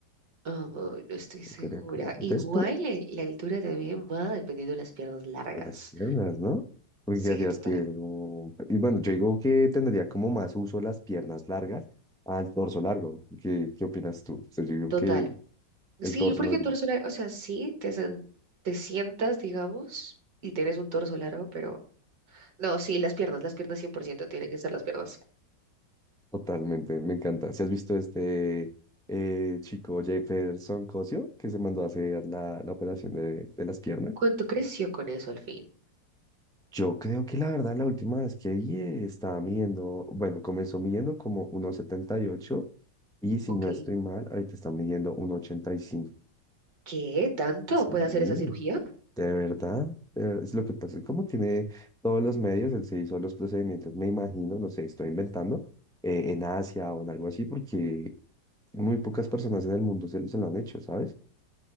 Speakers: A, on the right (about 70°); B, in the centre.
A: ah, no estoy segura.
B: Sería como, de
A: Igual
B: esto,
A: eh, la altura también va dependiendo de las piernas largas.
B: las piernas, ¿no? Porque
A: Sí,
B: ya
A: total.
B: que, como- y bueno, yo digo que tendría como más uso las piernas largas al torso largo. ¿Qué, qué opinas tú? O sea, yo digo
A: Total.
B: que el,
A: Sí,
B: el torso
A: porque
B: no es...
A: el torso largo, o sea, sí, te, sen- te sientas, digamos, y tienes un torso largo, pero No, sí, las piernas, las piernas 100%, tienen que ser las piernas.
B: Totalmente, me encanta. Si has visto este eh, chico Jefferson Cosio que se mandó a hacer la, la operación de, de las piernas?
A: ¿Cuánto creció con eso al fin?
B: Yo creo que la verdad la última vez que vi eh, estaba midiendo, bueno, comenzó midiendo como uno setenta y ocho y si
A: Ok.
B: no estoy mal, ahorita está midiendo 1,85.
A: ¿Qué? ¿Tanto
B: Sí,
A: puede hacer esa cirugía?
B: de verdad. de ver- Es lo que pasa, es como tiene todos los medios, él se hizo los procedimientos, me imagino, no sé, estoy inventando, eh, en Asia o en algo así, porque Muy pocas personas en el mundo se, se lo han hecho, ¿sabes?